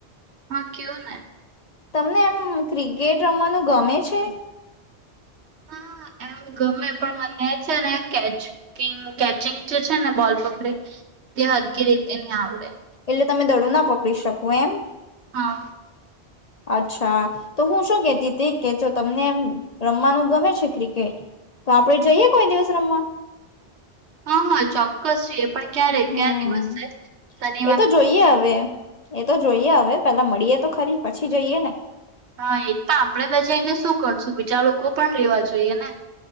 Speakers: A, on the right; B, on the left.
A: હા કેવ ને.
B: તમને એમ ક્રિકેટ રમવાનું ગમે છે. <inaudible>
A: હા ગમે પણ મને છે ને કે ચિંગ કેચિંગ જે છે ને બોલ પકડી. તે હરકી રીતે ની આવડે.
B: એટલે તમે દડો ના પકડી શકો એમ.
A: હા
B: <inaudible> અચ્છા તો હું શું કેતી તે કેજો તમને એમ રમવાનું ગમે છે ક્રિકેટ તો આપડે જઈએ કોઈ દિવસ રમવા
A: હા હા ચોક્કસ જીયે પણ ક્યારે
B: હમ
A: ક્યાયા દિવસ છે શન
B: એ તો જોઈએ હવે એ તો જોઈએ હવે પેલા મળીએ તો ખરી પછી જઈએ ને
A: હા એ પણ આપણેે બજાને શું કરશું બીજા લોકો પણ રેવા જોઈએ ને